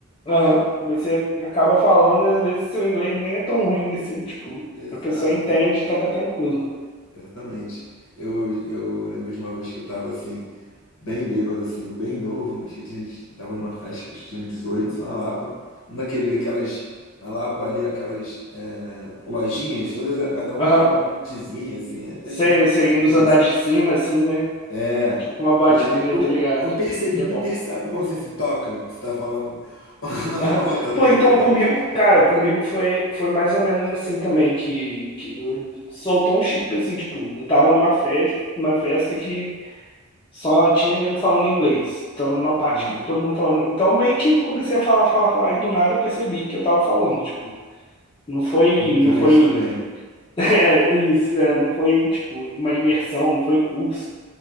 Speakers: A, on the left (about 25°); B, on the left (about 55°).
A: aham, você acaba falando, às vezes seu inglês nem é tão ruim assim, tipo,
B: Exato.
A: a pessoa entende, então tá tranquilo.
B: Exatamente. Eu, eu lembrei de uma vez que eu tava assim, bem bêbado, assim, bem novo. Acho que tinha, tava numa festa que eu tinha 18 na Lapa. Um daquele, aquelas, na Lapa ali, aquelas é, lojinhas, todas, cada um
A: Aham.
B: era uma botezinha, assim, é, tem
A: sei você
B: tudo
A: nos
B: isso.
A: andares de cima, assim, né?
B: É.
A: Tipo uma batezinha,
B: E aí
A: tá ligado?
B: eu percebi,
A: Ele é
B: me
A: bom.
B: percebe quando você se toca, que você tá falando <laughs>
A: Aham.
B: outra
A: Pô,
B: língua.
A: então
B: Eu falei,
A: comigo, cara,
B: velho.
A: comigo foi, foi mais ou menos assim também, que, que eu- soltou um chip assim, tipo, eu tava numa festa, numa festa que só tinha nego falando inglês. Tava numa parte
B: Aham.
A: que todo mundo falando. Então meio que comecei a falar, falar, falar, e do nada eu percebi que eu tava falando, tipo, não foi,
B: Em Inglês
A: não foi,
B: também.
A: <laughs> é, isso, é, não foi, tipo, uma imersão, não foi curso,